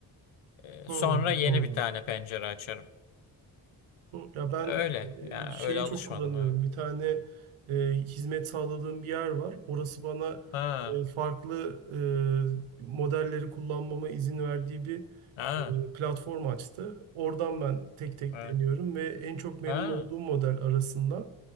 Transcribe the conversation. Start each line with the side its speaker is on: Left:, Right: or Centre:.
Left: E,
Right: Hı,
Left: sonra yeni
Right: anladım.
Left: bir tane pencere açarım.
Right: Hı, Ya ben
Left: Öyle. Yani
Right: e, şeyi
Left: öyle alışmadım
Right: çok kullanıyorum.
Left: evet.
Right: Bir tane e, hizmet sağladığım bir yer var. Orası bana
Left: Ha.
Right: e, farklı e, modelleri kullanmama izin verdiği bir
Left: Ha.
Right: e, platform açtı. Oradan ben tek tek
Left: Evet.
Right: deniyorum ve en çok memnun
Left: Ha.
Right: olduğum model arasında